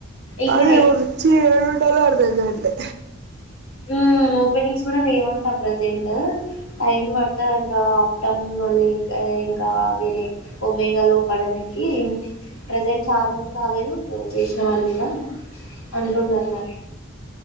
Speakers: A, on the left (about 70°); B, on the right (about 55°).
A: ఇప్పుడు
B: అదే వచ్చి ఏడుండాలో అర్ధం కాట్లే
A: మ్మ్ ఓపెనింగ్స్ కూడా లేవంట ప్రసెంటు టైం పడ్తదంటా అక్టింబర్ లే ఇంకా వేరే ఒమెగా లో పడానికి ప్రజెంట్ చాలా మంది కాలిగనే ఉన్నరు చేషిన వాళ్ళు కూడా అంటున్నరు మరీ